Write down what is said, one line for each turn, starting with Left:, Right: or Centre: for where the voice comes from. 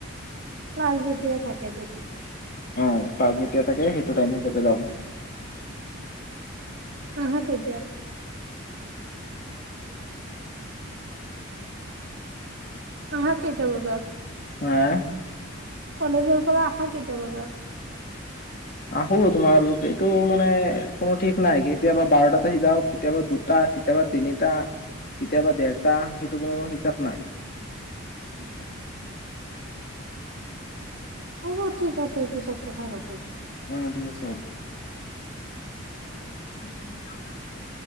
Right: ক্লাছ যেতিয়া থাকে তেতিয়া
Left: অ পাক যেতিয়া থাকে সেইটো টাইম হিচাপে যাওঁ।
Right: আহা কেইটাত? আহা কেইটা বজাত?
Left: হা
Right: কলেজৰ পৰা আহা কেইটা বজাত?
Left: আহো তোমাৰ, এইটো মানে কোনো ঠিক নাই। কেতিয়াবা বাৰটাত আহি যাওঁ, কেতিয়াবা দুটা টা কেতিয়াবা তিনিটা, কেতিয়াবা দেৰটা, সেইটো কোনো হিচাপ নাই।
Right: <unintelligible> হ'ব ঠিক আছে, পিছত কথা পাতিম।
Left: অ ঠিক আছে, হব। <unintelligible>